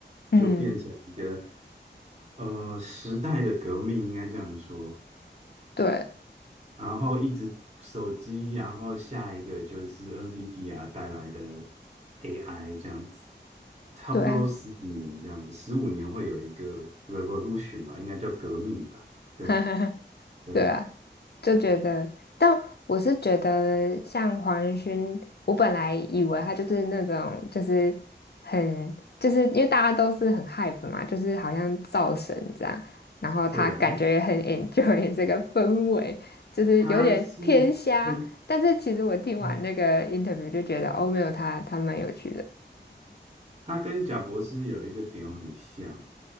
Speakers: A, on the left (about 60°); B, on the right (about 35°).
A: 嗯，
B: 就变成一个呃时代的革命，应该这样说。
A: 对，
B: 然后一直手机，然后下一个就是 NVIDIA 带来的 AI 这样子，差不多十几年这样子，
A: 对啊，
B: 十五年会有一个 revolution 吧，应该叫革命吧？对
A: <laughs>
B: 对
A: 对啊，就觉得，但我是觉得像黄仁勋，我本来以为他就是那种，就是很，就是因为大家都是很 hype 嘛，就是好像造神这样，然后他感觉也很
B: 对，
A: <laughs> enjoy 这个氛围，就是有点偏瞎。
B: 它是跟
A: 但是其实我听完那个
B: 嗯，
A: interview 就觉得，哦，没有他，他蛮有趣的。
B: 它跟贾博士有一个点很像，